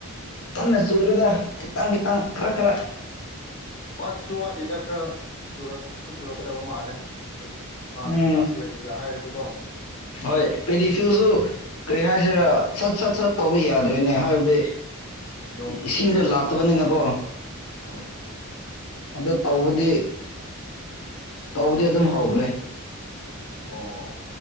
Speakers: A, on the left; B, on the left.
A: ꯀꯟꯅ ꯆꯨꯗ꯭ꯔꯦꯗ ꯈꯤꯇꯪ ꯈꯤꯇꯪ ꯈꯔ ꯈꯔ
B: ꯋꯥꯠ ꯁꯨ ꯋꯥꯠꯂꯤꯗ ꯈꯔ ꯆꯨꯔꯛꯁꯨ ꯆꯨꯔꯛꯀꯗꯕ ꯃꯥꯜꯂꯦ ꯃꯥꯅꯦ
A: ꯎꯝ
B: ꯂꯥꯁ ꯏꯌꯥꯔꯒꯤꯒ ꯍꯥꯏꯔꯗꯤꯀꯣ
A: ꯍꯣꯏ ꯄꯦꯗꯤ ꯐꯤꯜꯁꯨ ꯀꯔꯤ ꯍꯥꯏꯁꯤꯔꯥ ꯁꯠ ꯁꯠ ꯁꯠ ꯇꯧꯕ ꯌꯥꯗ꯭ꯔꯦꯅꯦ ꯍꯥꯏꯕꯗꯤ
B: ꯅꯣꯡ ꯆꯨꯗꯕꯒꯤ
A: ꯏꯁꯤꯡꯗꯣ ꯂꯥꯛꯇꯕꯅꯤꯅꯀꯣ
B: ꯎꯝ
A: ꯑꯗꯣ ꯇꯧꯕꯗꯤ ꯇꯧꯕꯗꯤ ꯑꯗꯨꯝ ꯍꯧꯈ꯭ꯔꯦ
B: ꯑꯣ